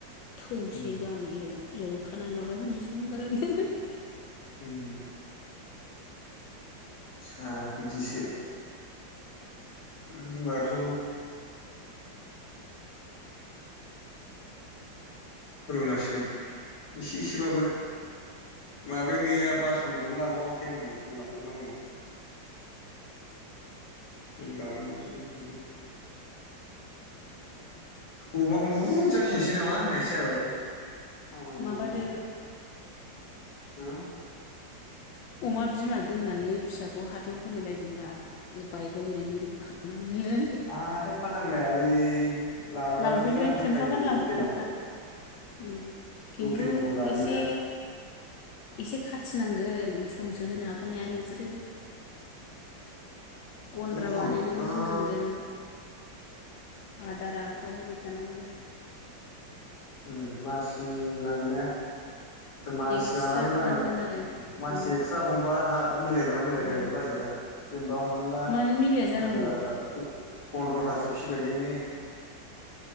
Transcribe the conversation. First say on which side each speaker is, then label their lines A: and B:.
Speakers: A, on the left (about 80°); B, on the left (about 60°).
A: थौसे
B: उम
A: गाहाम एव एवखानानै माबानानै नै <unintelligible>
B: उम। आदसा बिदिसो। होनबाथ' रुनांसिगोन एसे एसेबाबो माबायानो गैया बासनखौनो लाबावाखै आङो थौ लाबनांगौ। थौ लाबोनानै रुफिसै, अमाखौ बुदजा फिनोसै नामा होननायसो जाबाय। खामानिबो
A: माबादो
B: गैला होम?
A: अमा बिमा दोननानै फिसाखौ हाथायाव खोनायलायदोब्रा बाइकआव ओरैबो ओरैबो <unintelligible>
B: हाथायाव फाननांलायालै लाग्रा
A: लांफैग्रायानो
B: मेरला ओंखारखायो
A: खोन्थाबानो लां
B: लकेलाव
A: <unintelligible> खिन्थु
B: लकेलनिखौ लायोना
A: एसे एसे खाथिनांगोन समसो होनो हागोन हाया नोंसोरो गन्द्रा
B: बेनोथन
A: बानायनानै
B: थोद
A: दोननांगोन। आद दाराथाब होबाय थानांगोन।
B: उ मानसि नांगोन ने? मानसि
A: एक्सट्रा
B: लानानै बानायनो
A: नांगोन आरो
B: मानसि
A: उम
B: एक्स्रा हमबा हा मिलायगोन ना मिलायहयालै
A: उम
B: बाजेटा? दा हमनानै ला
A: मानो मिलाया जानांगौ
B: ओ अ फन्द्र'थासो फिसिबायलायनो